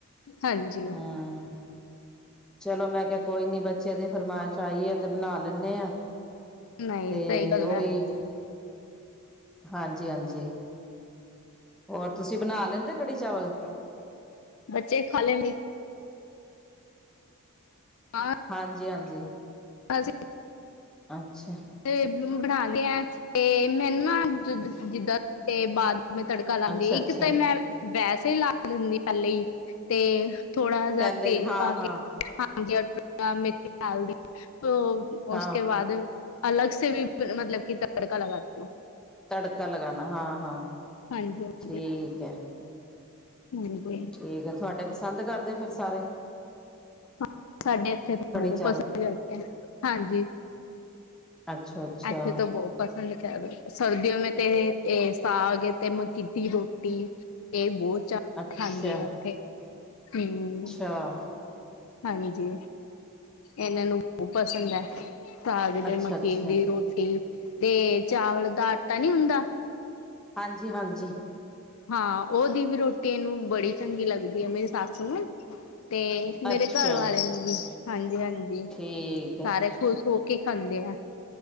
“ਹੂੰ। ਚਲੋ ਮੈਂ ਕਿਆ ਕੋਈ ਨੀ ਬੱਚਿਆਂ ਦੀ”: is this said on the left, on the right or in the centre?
Centre